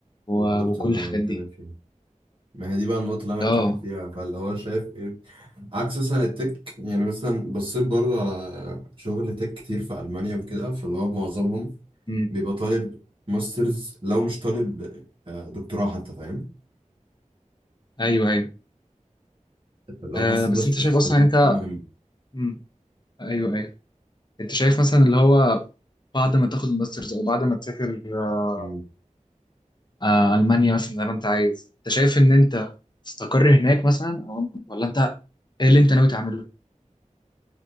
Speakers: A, on the left (about 35°); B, on the right (about 40°).
A: و-
B: بالظبط
A: وكل
B: ده اللي
A: الحاجات
B: انا بتكلم
A: دي
B: فيه ما هي دي بقى النقطة اللي انا
A: اه
B: بتكلم فيها فاللي هو شايف ايه عكس مثلا التك يعني مثلا بصيت برضو على شغل تك كتير في ألمانيا وكده فاللي هو معظمهم
A: مم.
B: بيبقى طالب ماسترز لو مش طالب آه، دكتوراه حتى فاهم
A: ايوه ايوه
B: فاللي
A: آه
B: هو حاسس الماسترز
A: بس انت شايف اصلا
B: في الحتة
A: انت
B: دي مهمة
A: مم. ايوه ايوه انت شايف مثلا اللي هو بعد ما تاخد الماسترز او بعد ما تسافر آه
B: مم.
A: آه المانيا مثلا زي ما انت عايز انت شايف ان انت تستقر هناك مثلا او ولا انت ايه اللي انت ناوي تعمله